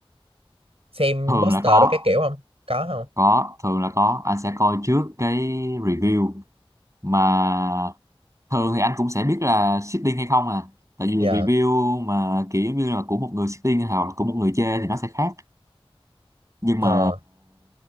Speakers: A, on the right (about 85°); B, on the right (about 30°).
A: xem
B: thường
A: poster
B: là có
A: đồ cái kiểu không có không
B: có thường là có anh sẽ coi trước cái review mà thường thì anh cũng sẽ biết là seeding hay không à tại vì
A: dạ
B: review mà kiểu giống như là của một người seeding hoặc là của một người chê thì nó sẽ khác nhưng
A: Ờ,
B: mà